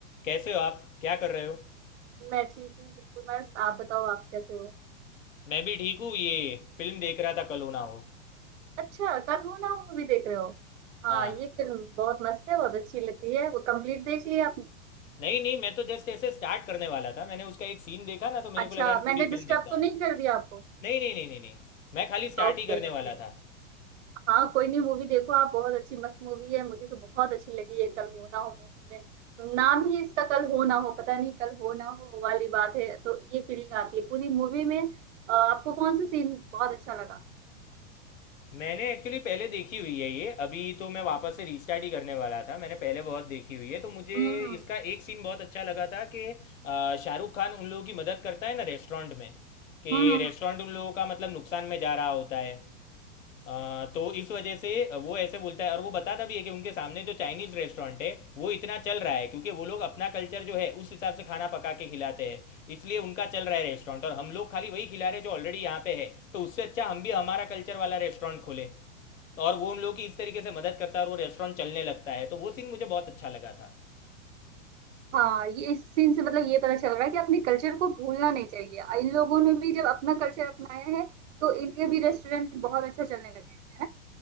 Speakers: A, on the left; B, on the right.
A: कैसे हो आप क्या कर रहे हो
B: मैं ठीक हूँ बिल्कुल मस्त आप बताओ आप कैसे हो
A: मैं भी ठीक हूँ ये फिल्म देख रहा था कल हो ना हो
B: अच्छा कल हो ना मूवी देख रहे हो हाँ
A: हाँ
B: ये फिल्म बहुत मस्त है बहुत अच्छी लगती है वो कंप्लीट देख लिया आपने
A: नहीं नहीं मैं तो जस्ट ऐसे स्टार्ट करने वाला था मैंने उसका एक सीन देखा ना तो मेरे
B: अच्छा
A: को लगा कि
B: मैंने
A: पूरी फिल्म
B: डिस्टर्ब
A: देखता
B: तो
A: हूँ
B: नहीं कर दिया आपको
A: नहीं नहीं नहीं नहीं नहीं मैं खाली स्टार्ट
B: Okay
A: ही करने
B: okay
A: वाला
B: okay
A: था
B: हाँ कोई नहीं मूवी देखो आप बहुत अच्छी मस्त मूवी है मुझे तो बहुत अच्छी लगी है कल हो ना हो मूवी में नाम ही इसका कल हो ना हो पता नहीं कल हो ना हो वाली बात है तो ये फीलिंग आती है पूरी मूवी में अ, आपको कौन सा सीन बहुत अच्छा लगा
A: मैंने एक्चुअली पहले देखी हुई है ये अभी तो मैं वापस से रीस्टार्ट ही करने वाला था मैंने पहले बहुत देखी हुई है तो मुझे
B: हम्म हम्म
A: इसका एक सीन बहुत अच्छा लगा था कि अ, शाहरुख खान उन लोगों की मदद करता है ना रेस्टोरेंट में कि
B: हम्म हम्म,
A: रेस्टोरेंट
B: हम्म।
A: उन लोगों का मतलब नुकसान में जा रहा होता है आ, तो इस वजह से वो ऐसे बोलता है और वो बताता भी है कि उनके सामने जो चाइनीज रेस्टोरेंट है वो इतना चल रहा है क्योंकि वो लोग अपना कल्चर जो है उस हिसाब से खाना पका के खिलाते हैं इसलिए उनका चल रहा है रेस्टोरेंट और हम लोग खाली वही खिला रहे हैं जो ऑलरेडी यहाँ पे है तो उससे अच्छा हम भी हमारा कल्चर वाला रेस्टोरेंट खोले और वो उन लोगों की इस तरीके से मदद करता है और वो रेस्टोरेंट चलने लगता है तो वो सीन मुझे बहुत अच्छा लगा था
B: हाँ ये इस सीन से मतलब ये पता चल रहा है कि अपने कल्चर को भूलना नहीं चाहिए इन लोगों ने भी जब अपना कल्चर अपनाया है तो इनके भी रेस्टोरेंट बहुत अच्छा चलने लगे हैं है ना